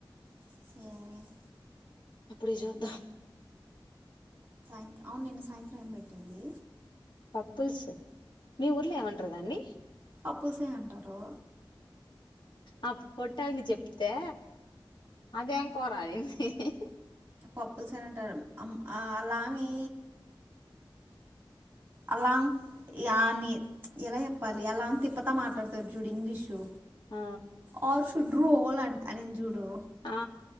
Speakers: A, on the right (about 25°); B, on the left (about 60°).
A: ఏమి
B: అప్పుడికి చూద్దాం
A: సాయంత్రం అవును నిన్న సాయంత్రం ఏం పెట్టింది
B: పప్పుల్స్ మీ ఊర్లో ఏమంటారు దాన్ని
A: పప్పులుసే అంటారు
B: అ పొట్టయనిన కి చెప్తే అదేం కోరాలింది హేహే
A: పప్పులుస్ అని అంటారు అలా మే అలా అని ఎలా చెప్పాలి అలా అ తిప్పతా మాట్లాడతారు చూడు ఇంగ్లీషు
B: ఆ
A: ఆల్ షడ్డు రోల్ అనిది జూడు
B: ఆ